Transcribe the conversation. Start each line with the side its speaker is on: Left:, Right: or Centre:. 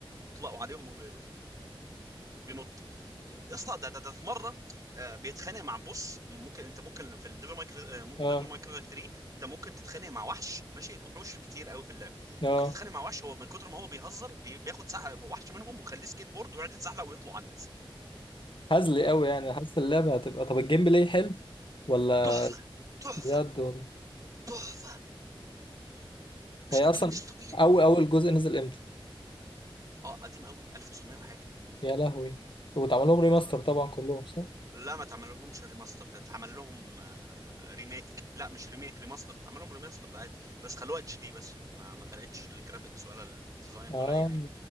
Right: يطلقوا عليهم وب... وبينط يا اسطى ده, ده, ده في مره آه، بيتخانق مع بوس ممكن انت ممكن في الديفل مايك
Left: آه
Right: ديفل مايك 3 انت ممكن تتخانق مع وحش ماشي الوحوش كتير قوي في اللعبه
Left: آه
Right: ممكن تتخانق مع وحش هو من كتر ما هو بيهزر بي- بياخد ساعه وحش منهم ويخليه سكيت بورد ويقعد يتزحلق ويطلع على الناس
Left: هزلي أوي يعني حاسس اللعبة هتبقى طب الجيم بلاي حلو ولا
Right: تحفه تحفه
Left: بجد ولا
Right: تحفه بشكل
Left: هي أصلا
Right: مش طبيعي
Left: أول أول جزء نزل إمتى
Right: اه قديم قوي 1900 وحاجه
Left: يا لهوي واتعمل لهم ريماستر
Right: قديم
Left: طبعا كلهم صح
Right: لا ما تعمل لهمش ريماستر اتعمل لهم آه، ريميك لا مش ريميك ريماستر اتعمل لهم ريماستر ده عادي بس خلوها اتش دي بس ما ما فرقتش الجرافيكس ولا الديزاين
Left: آه
Right: ولا اي حاجه